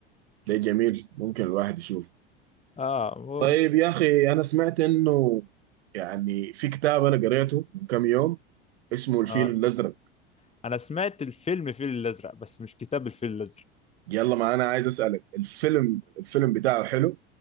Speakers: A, on the right; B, on the left.
A: ده جميل ممكن الواحد يشوفه
B: اه هو-
A: طيب يا أخي أنا سمعت إنه يعني في كتاب أنا قريته من كم يوم اسمه الفيل
B: آه
A: الأزرق
B: انا سمعت الفيلم الفيل الازرق بس مش كتاب الفيل الازرق
A: يلا ما أنا عايز أسألك الفيلم الفيلم بتاعه حلو